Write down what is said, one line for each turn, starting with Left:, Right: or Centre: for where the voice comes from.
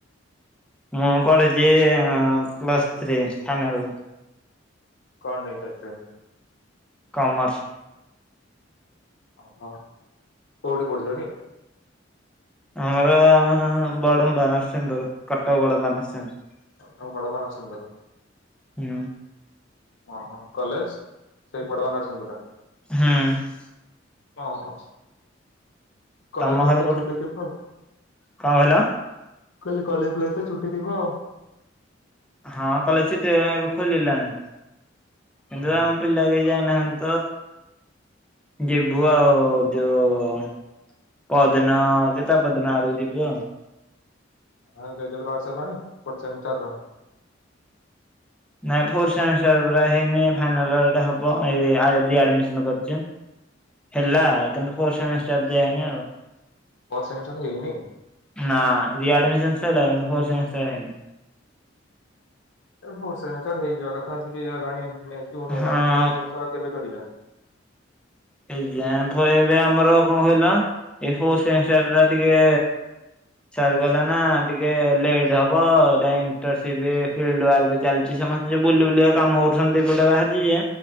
Centre: ମୁଁ ପଢ଼ିଛି ପ୍ଲସ୍ ଥ୍ରୀ ଫାଇନାଲ ର।
Left: କଣ ନେଇଚ ଷ୍ଟ୍ରିମ୍?
Centre: କମର୍ସ।
Left: ଓହୋ କୋଉଠି ପଡୁଛ କି?
Centre: ଆମର ବଡ଼ମ୍ୱା ନର୍ସିଂପୁର କଟକ ବଡ଼ମ୍ୱା ନର୍ସିଂ ପୁର।
Left: କଟକ ବଡ଼ମ୍ବା ନର୍ସିଂପୁର।
Centre: ହୁଁ।
Left: ଓହୋ କଲେଜ ସେଇ ବଡଆ ନରସିଂହ ପୁର ରେ।
Centre: ହୁଁ।
Left: ଓ ହୋ କଲେଜ
Centre: ତମ
Left: ଫଲେଜ୍
Centre: ଘର
Left: ତ
Centre: କୋଉଠି
Left: ଛୁଟି ଥିବ।
Centre: କଣ କହିଲ?
Left: ମୁ କହିଲି କଲେଜ ଫଲେଜ୍ ତ ଛୁଟି ଥିବ ଆଉ।
Centre: ହଁ କଲେଜ ଛୁଟି ଏବେ ଖୋଲିଲାଣି
Left: ହଁ
Centre: କିନ୍ତୁ ଆମ ପିଲା କେହି ଯାଇନାହାନ୍ତି। ତ ଯିବୁ ଆଉ ଯୋଉ ପଦିନ କି ତା ପଦିନ ଆଡକୁ ଯିବୁ ଆଉ।
Left: ଆଉ ରେଜଲ୍ଟ ବାହାରି ସରିଲାଣି ଫୋର୍ ସେମିଷ୍ଟାର ର?
Centre: ନାଇଁ ଫୋର୍ଥ ସେମିଷ୍ଟର ପୁରା ହେଇନି ଫାଇନାଲା ର ଇଟା ହବ ଏଇ ଆଜି ଆଡମିସନ କରିଛି। ହେଲା କିନ୍ତୁ ଫୋର୍ଥ ସେମିଷ୍ଟାର ଦିଆ ହେଇନି ଆଉ।
Left: ଫୋର୍ଥ ସେମିଷ୍ଟାର ହେଇନି?
Centre: ନାଁ ରି ଆଡମିଶନ୍ ସଇଲା କିନ୍ତୁ ଫୋର୍ ସେମିଷ୍ଟାର ହେଇନି।
Left: ଏ ଫୋର୍ ସେମିଷ୍ଟାର ହେଇଯିବା କଥା ଆଶିକି ହେଲାଣି ମେ ଜୁନ
Centre: ହଁ
Left: ହେଲାଣିି କେବେ କରିବେ?
Centre: ଏ ଯା ଫ ଏବେ ଆମର କଣ କହିଲ ଏ ଫୋ ସେ ସେ ନା ଟିକେ ସାର କହିଲେ ନା ଟିକେ ଲେଟ ହବ ଏଇଟା ଇଣ୍ଟରସିଟି ଫିଲ୍ଡ ୱର୍କ ଚାଲିଛି ସମସ୍ତେ ଯଉ ବୁଲି ବୁଲିବା କାମ କରୁଛନ୍ତି ଏପଟେ ବାହାରିଛି ଯେ